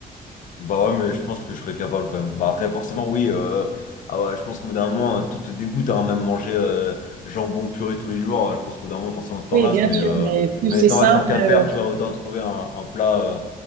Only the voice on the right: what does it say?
Oui,
bien
sûr,
mais plus
c'est
simple,
euh,